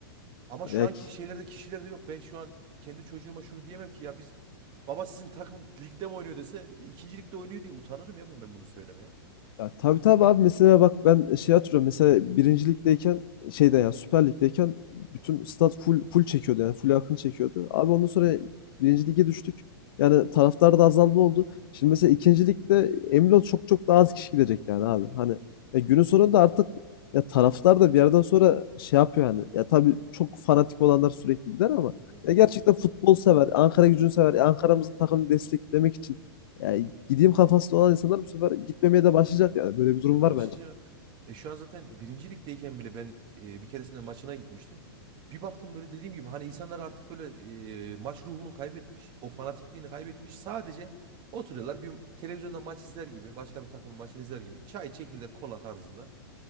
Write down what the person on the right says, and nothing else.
Ama şu
anki şeylerde kişilerde yok. Ben şu an kendi çocuğuma şunu diyemem ki ya biz baba sizin takım ligde mi oynuyor dese ikinci ligde oynuyor diye utanırım ya bu- ben bunu söylemeye.
Hı hı.
Ya
başlıca
e, şu an zaten birinci ligdeyken bile ben e, bir keresinde maçına gitmiştim. Bir baktım böyle dediğim gibi hani insanlar artık böyle e, maç ruhunu kaybetmiş. O fanatikliğini kaybetmiş. Sadece oturuyorlar bir televizyonda maç izler gibi başka bir takımın maçını izler gibi çay çekirdek kola tarzında